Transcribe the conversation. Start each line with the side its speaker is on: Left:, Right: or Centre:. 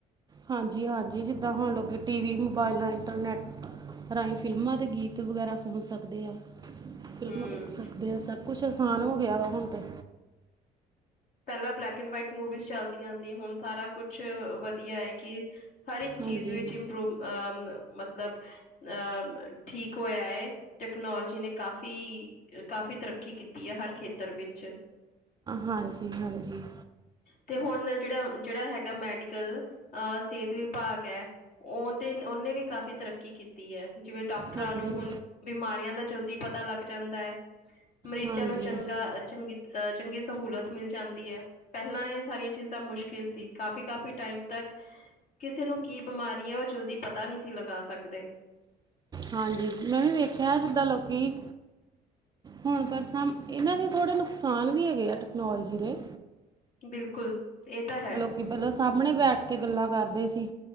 Right: ਹਾਂਜੀ ਹਾਂਜੀ ਜਿੱਦਾਂ ਹੋਣ ਲ ਟੀ ਵੀ ਮੋਬਾਈਲਾਂ ਇੰਟਰਨੈੱਟ ਰਾਹੀਂ ਫਿਲਮਾਂ ਦੇ ਗੀਤ ਵਗੈਰਾ ਸੁਣ ਸਕਦੇ ਆ ਫਿਲਮਾਂ
Left: ਹੂੰ
Right: ਦੇਖ ਸਕਦੇ ਆ ਸਭ ਕੁਛ ਆਸਾਨ ਹੋ ਗਿਆ ਵਾ ਹੁਣ ਤੇ
Left: ਪਹਿਲਾਂ ਬਲੈਕ ਐਂਡ ਵਾਈਟ ਮੂਵੀਜ਼ ਚਲਦੀਆਂ ਸੀ ਹੁਣ ਸਾਰਾ ਕੁਛ ਵਧੀਆ ਹੈ ਕਿ ਹਰ ਇੱਕ
Right: ਹਾਂਜੀ
Left: ਚੀਜ਼ ਵਿੱਚ ਇਪਰੂਵ ਅ ਮਤਲਬ ਅ ਠੀਕ ਹੋਇਆ ਹੈ ਟੈਕਨੋਲੋਜੀ ਨੇ ਕਾਫ਼ੀ ਕਾਫ਼ੀ ਤਰੱਕੀ ਕੀਤੀ ਹੈ ਹਰ ਖੇਤਰ ਵਿੱਚ
Right: ਹਾਂਜੀ ਹਾਂਜੀ
Left: ਤੇ ਹੁਣ ਜਿਹੜਾ ਜਿਹੜਾ ਹੈਗਾ ਮੈਡੀਕਲ ਸਿਹਤ ਵਿਭਾਗ ਹੈ ਉਹਦੇ ਉਹਨੇ ਵੀ ਕਾਫ਼ੀ ਤਰੱਕੀ ਕੀਤੀ ਹੈ ਜਿਵੇਂ ਡਾਕ ਾਕਟਰਾਂ
Right: ਹਾਂਜੀ ਹਾਂਜੀ
Left: ਨੂੰ ਹੁਣ ਬਿਮਾਰੀਆਂ ਦਾ ਜਲਦੀ ਪਤਾ ਲੱਗ ਜਾਂਦਾ। ਮਰੀਜ਼ਾਂ
Right: ਹਾਂਜੀ
Left: ਨੂੰ ਚੰਗਾ ਚੰਗੀ ਅ ਚੰਗੀ ਸਹੂਲਤ ਮਿਲ ਜਾਂਦੀ ਹੈ ਪਹਿਲਾਂ ਇਹ ਸਾਰੀਆਂ ਚੀਜ਼ਾਂ ਮੁਸ਼ਕਿਲ ਸੀ ਕਾਫ਼ੀ ਕਾਫ਼ੀ ਟਾਈਮ ਤੱਕ ਕਿਸੇ ਨੂੰ ਕੀ ਬਿਮਾਰੀ ਹੈ ਉਹ ਜਲਦੀ ਪਤਾ ਨਹੀਂ ਸੀ ਲਗਾ ਸਕਦੇ
Right: ਹਾਂਜੀ ਮੈਂ ਵੀ ਵੇਖਿਆ ਜਿੱਦਾਂ ਲੋਕੀ ਹੁਣ ਪਰ ਸਮ ਇਹਨਾਂ ਦੇ ਥੋੜ੍ਹੇ ਨੁਕਸਾਨ ਵੀ ਹੈਗੇ ਆ ਟੈਕਨੋਲੋਜੀ ਦੇ
Left: ਬਿਲਕੁਲ ਇਹ ਤਾਂ ਹੈ
Right: ਕਿ ਪਹਿਲਾਂ ਸਾਹਮਣੇ ਬੈਠ ਕੇ ਗੱਲਾਂ ਕਰਦੇ ਸੀ